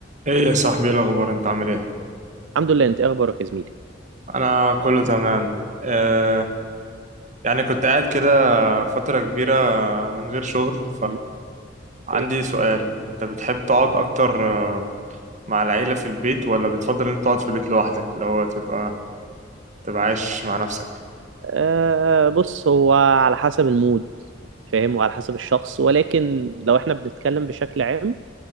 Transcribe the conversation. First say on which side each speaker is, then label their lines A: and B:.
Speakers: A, on the right (about 40°); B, on the right (about 75°).
A: ايه يا صاحبي ايه الاخبار انت عامل ايه
B: الحمد لله انت ايه اخبارك يا زميلي
A: انا كله تمام آه يعني كنت قاعد كده فترة كبيرة من غير شغل
B: مم، اوكي
A: فعندي سؤال انت بتحب تقعد اكتر آه، مع العيلة في البيت ولا بتفضل انت تقعد في البيت لوحدك اللي هو تبقى تبقى عايش مع نفسك
B: أه بص هو على حسب المود فاهم وعلى حسب الشخص ولكن لو احنا بنتكلم بشكل عام